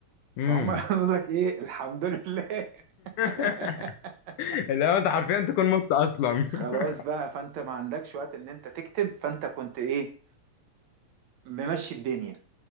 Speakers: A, on the left; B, on the right.
A: امم
B: فهم <laughs> يقول لك إيه الحمد لله <laughs>
A: <laughs> لا انت حرفيا تكون مت اصلا
B: خلاص
A: <laughs>
B: بقى فأنت ما عندكش وقت إن أنت تكتب فأنت كنت إيه ممشي الدنيا